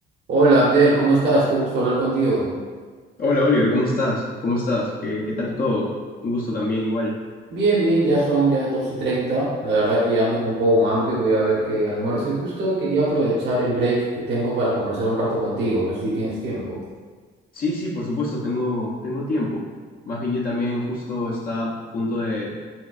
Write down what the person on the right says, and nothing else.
Hola Abdel, ¿cómo estás? Qué gusto hablar contigo.
Bien, bien, ya son ya 2 y 30. La verdad que ya ando con un poco de hambre, voy a ver qué almuerzo. Y justo quería aprovechar el break que tengo para conversar un rato contigo. No sé si tienes tiempo.